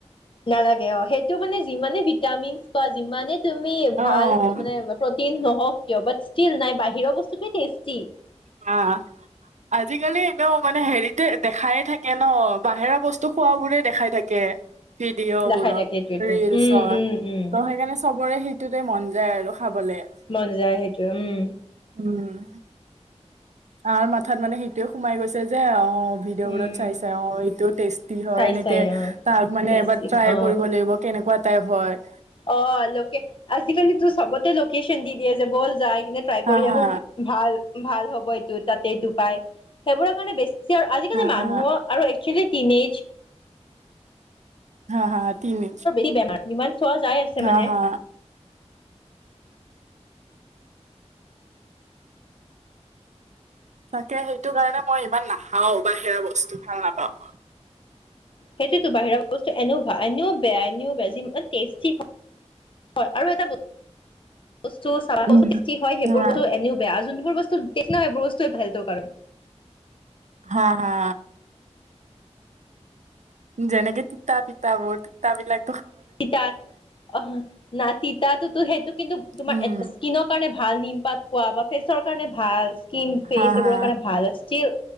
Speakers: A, on the left; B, on the right.
A: নালাগে অ', সেইটো <unintelligible> যিমানে ভিটামিন খোৱা যিমানে তুমি ভাল
B: অ'
A: মানে প্ৰটিন নহওঁক কিয়? বা ষ্টীল নাই বাহিৰৰ বস্তুটোৱে টেষ্টি।
B: অ'। আজিকালি এনেওঁ মানে হেৰিতে দেখাই থাকে ন, বাহিৰা বস্তু খোৱাবোৰে দেখাই থাকে। ভিডিঅ'
A: দেখাই
B: বোৰত
A: থাকে এইটোৱেতো
B: ৰিলচত
A: উম উম
B: ত',
A: উম
B: সেইকাৰণে চবৰে সে তেৰে মন যায় আৰু খাবলে।
A: মন যায় সেইটো উম'।
B: উম'। আৰ মাথাত মানে সেইটোয়ে সোমাই গৈছে যে ভিডিঅ'বোৰত
A: উম
B: চাই চাই এইটোও টেষ্টি হয়,
A: চাই
B: এনেকে
A: চাই অ
B: তাক মানে
A: টেষ্টি
B: এবাৰ ট্ৰাই
A: অ
B: কৰিব লাগিব, কেনেকুৱা টাইপ হয়।
A: অ', লোকে, আজিকালি তোৰ চ'বতে লোকেশচন দি দিয়া, যে ব'ল যায় কি টাই
B: হা
A: কৰি আহো,
B: হা
A: কি- ভাল, ভাল হ'ব এইটো তাতে এইটো পায়, সেইবোৰৰ কাৰণে বেছি- কি হ'ল, আজিকালি
B: হা
A: মানুহৰ
B: হা
A: আৰু একচুৱেলি টাইম এজ
B: হা হা তিনি
A: <unintelligible> যিমান চোৱা যাই আছে
B: হা
A: মানে।
B: হা তাকে সেইটো কাৰণে মই ইমান নাখাওঁ, বাহিৰা বস্তু ভাল নাপাওঁ।
A: সেইটোতো বাহিৰৰ বস্তু এনেও, ভা- এনেও বেয়া, এনেও বেয়া যিমান টেষ্টি হ হয় আৰু এটা <unintelligible> সেইবোৰ
B: উম অ
A: বস্তু এনেও বেয়া, যোনবোৰ বস্তু <unintelligible> কাৰণ।
B: হা, হা। যেনেকে <unintelligible> তিতা বিলাক
A: তিতা, অ', না- তিতাটোতো সেইটো কিন্তু তোমাৰ
B: উম
A: এড-স্কিনত কাৰণে ভাল, নিমপাত খোৱা বা ফেচৰ কাৰণে ভাল, স্কিন ফেচ
B: হা হা
A: এইবোৰৰ কাৰণে ভাল, ষ্টীল